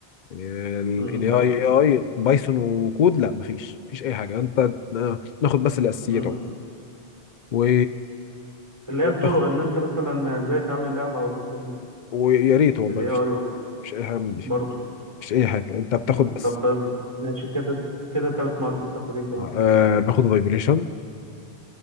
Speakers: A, on the left; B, on the right.
A: يعني
B: مم.
A: ال
B: فاهم
A: اي اي بايثون وكود لا مفيش مفيش اي حاجه انت آه، ناخد بس الاساسيات
B: مم.
A: عموما. و
B: اللي هي الطرق
A: باخد
B: اللي أنت مثلا إزاي تعمل لعبة والحاجات دي
A: ويا ريت والله
B: بالاي
A: مفيش
B: اي
A: مفيش اي حاجه من دي
B: برضه
A: مفيش اي حاجه انت بتاخد
B: مم.
A: بس
B: طب ماشي كده كده ثلاث مواد بتاخد ايه كمان
A: آه باخد فايبريشن